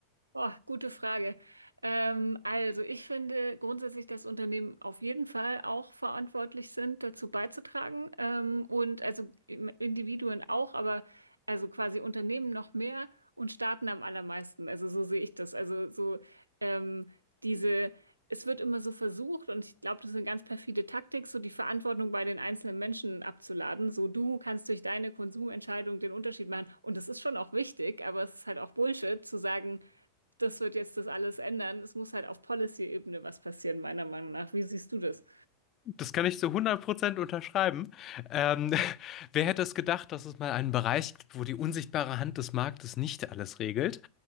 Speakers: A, on the right (about 80°); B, on the left (about 30°).
A: Oh, gute Frage. Ähm, also ich finde grundsätzlich, dass Unternehmen auf jeden Fall auch verantwortlich sind, dazu beizutragen. Ähm, und also im- Individuen auch, aber also quasi Unternehmen noch mehr und Staaten am allermeisten. Also so sehe ich das. Also so ähm, diese, es wird immer so versucht, und ich glaube, das ist eine ganz perfide Taktik, so die Verantwortung bei den einzelnen Menschen abzuladen. So du kannst durch deine Konsumentscheidung den Unterschied machen. Und das ist schon auch wichtig, aber es ist halt auch Bullshit zu sagen, das wird jetzt das alles ändern. Es muss halt auf Policy-Ebene was passieren, meiner Meinung nach. Wie siehst du das?
B: Das kann ich zu hundert Prozent unterschreiben. Ähm, <laughs> wer hätte es gedacht, dass es mal einen Bereich gibt, wo die unsichtbare Hand des Marktes nicht alles regelt?